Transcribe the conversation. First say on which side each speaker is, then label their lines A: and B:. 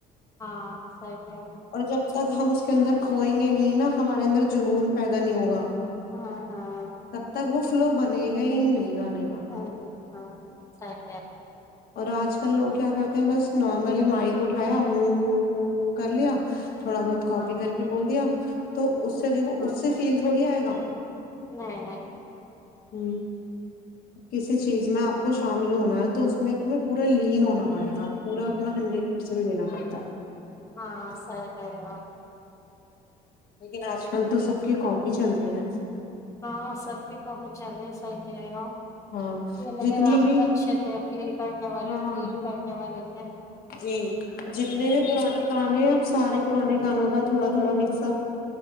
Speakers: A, on the left (about 20°); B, on the left (about 60°).
A: ہاں سری <unintelligible>
B: اور جب تک ہم اس کے اندر کھوئیں گے نہیں نا ہمارے اندر جنون پیدا نہیں ہوگا
A: ہاں ہاں
B: تب تک وہ فلو بنے گئے ہی نہیں گانے کا
A: ہ ہ سر کہ
B: اور آج کل لوگ کیا کرتے ہیں بس نارملی مائ کو اٹھایا ہوں ہوں ہوں ہ کر لیا تھوڑا بہت کاپی
A: ہاں
B: کر کے بول دیا تو اس سے دیکو
A: ہاں
B: اس سے فیل تھوڑی آئے گا
A: نہیں نہیں نہیں
B: ہ کسی چیز میں آپ کو شامل ہونا ہے تو اس میں تمہیں پورا لین ہونا بڑیا پورا اپنا ہنڈریڈ پرسینٹیناڑتا
A: ہاں
B: <unintelligible>
A: صحیح کہہ رہی ہو آپ
B: لیکن آج کل تو سب کی کاپی چل رہی ہے
A: ہاں سب کے کو بھی چلے صحی کہ ہو
B: ہاں
A: یہ ل
B: جتنی
A: گ
B: بھی
A: تو اچھے تھے فیل کرنے والے
B: ہاں
A: فیل کرنے والے <unintelligible>
B: جی جتنے بھی پرانے گانے ہیں سارے پرانے گانوں کا تھوڑا تھوڑا مکس اپ